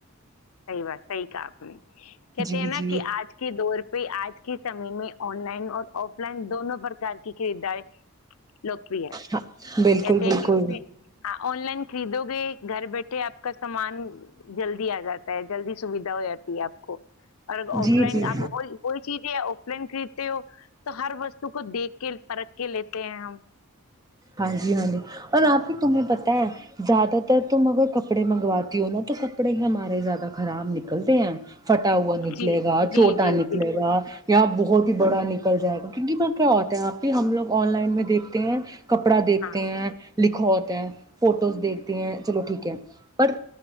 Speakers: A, on the left; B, on the right.
A: صحی بات صحی کہا آپ نے کہتے
B: جی
A: ہیں نا
B: جی
A: کہ آج کے دور پہ آج کی سمع میں آن لائن اور آف لائن دونوں پرک کی خریداریں لوکپری ہے
B: ہاں بالکل
A: کہتے
B: بالکل
A: کہے آن لائن خریدو گے گھر بیٹھے آپ کا سامان جلدی آ جاتا ہے جلدی سویدھا ہو جاتی ہے آپ کو اور آف
B: جی
A: لائن
B: جی
A: آپ وہی چیز ہے آف لائن خرید ہو تو ہر وستو کو دیکھ کے پرکھ کے لیتے ہیں ہم
B: ہاں جی ہاں جی اور آپ ہی تمہیں پت ہے زیادہ تر تم اگر کپڑے منگواتی ہو نا تو کپڑے ہی ہمارے زیادہ خراب نکلتے ہیں پھٹا ہوا نکلے
A: جی
B: گا چھوٹا
A: جی جی
B: نکلے
A: بالکل
B: گا یا بہت ہی بڑا نکل جائے گا کیونکہ ب کیا ہوتا ہے آپ بھی ہم لگ آن لائن میں دیکتے ہیں کپڑا دیکھتے
A: ہاں
B: ہیں لکھوتے ہیں فوٹوز دیکھتے ہیں چلو ٹھیک ہے پر